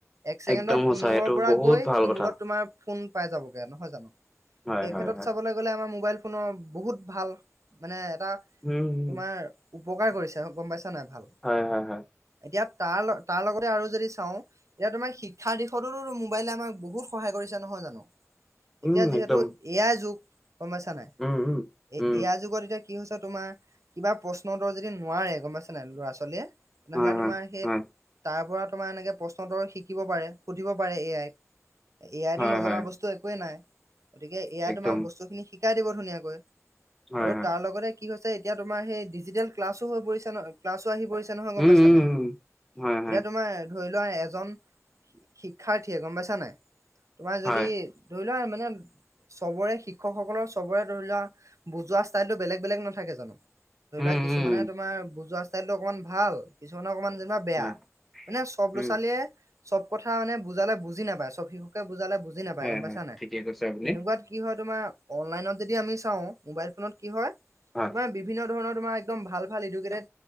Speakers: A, on the right; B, in the centre.
A: এক ছেকেণ্ডত
B: একদম সঁচা
A: ইমূৰৰ
B: এইটো
A: পৰা
B: বহুত
A: গৈ
B: ভাল
A: সিমূৰত
B: কথা।
A: তোমাৰ ফোন পাই যাবগৈ নহয় জানো।
B: হয়
A: সেই
B: হয়
A: ক্ষেত্ৰত
B: হয়
A: চাবলৈ গলে আমাৰ মোবাইল ফোনৰ বহুত ভাল মানে এটা
B: উম, উম,
A: তোমাৰ উপকাৰ কৰিছে গ'ম পাইছা নাই ভাল।
B: হয়, হয়, হয়।
A: এতিয়া তাৰ তাৰ লগতে আৰু যদি চাওঁ, এতিয়া তোমাৰ শিক্ষাৰ দিশতো মোবাইলে আমাৰ বহুত সহায় কৰিছো নহয় জানো?
B: উম,
A: এতিয়া যিহেতু
B: একদম।
A: এ আই যুগ, সমস্যা নাই।
B: উম, উম,
A: এ
B: উম,
A: এ আই যুগত এতিয়া কি হৈছে তোমাৰ কিবা প্ৰশ্ন উত্তৰ যদি নোৱাৰে গ'ম পাইছে নাই ল'ৰা ছোৱালীয়ে তেনেহ'লে
B: হয় হয়
A: তোমাৰ সেই
B: হয়
A: তাৰ পৰা তোমাৰ এনেকৈ প্ৰশ্ন উত্তৰ শিকিব পাৰে সুধিব পাৰে এ আইক। এ আইটো
B: হয়
A: নজনা
B: হয়
A: বস্তু একোৱেই নাই। গতিকে এ আই
B: একদম
A: তোমাৰ বস্তুখিনি শিকাই দিব ধুনীয়াকৈ।
B: হয়
A: আৰু
B: হয়
A: তাৰ লগতে কি হৈছে এতিয়া তোমাৰ সেই ডিজিটেল ক্লাছো হৈ পৰিছে ন ক্লাছো আহি পৰিছে নহয়
B: উম,
A: গ'ম পাইছা
B: উম,
A: নাই।
B: উম। হয় হয়
A: এতিয়া তোমাৰ ধৰি লোৱা এজন শিক্ষাৰ্থীয়ে গ'ম পাইছা নাই। তোমাৰ যদি
B: হয়
A: ধৰি লোৱা মানে চবৰে শিক্ষকসকলৰ চবৰে ধৰি লোৱা বুজোৱা ষ্টাইলটো বেলেগ বেলেগ নাথাকে জানো। ধৰি
B: উম,
A: লোৱা কিছুমানে
B: উম,
A: তোমাৰ বুজোৱা ষ্টাইল টো অকমান ভাল কিছুমানে অকণমান বেয়া।
B: হয়
A: মানে চব
B: উম,
A: ল'ৰা ছোৱালীয়ে চব কথা মানে বুজালে বুজি নাপায়। চব শিশু কে বুজালে বুজি নাপায়
B: হয়
A: গ'ম পাইছা
B: হয়
A: নাই।
B: ঠিকে কৈছে আপুনি
A: তেনেকুৱাত কি হয় তোমাৰ অনলাইনত যেতিয়া আমি চাওঁ, মোবাইল ফোনত কি হয়
B: হয়
A: বিভিন্ন ধৰণৰ তোমাৰ একদম ভাল ভাল এডুকেটেড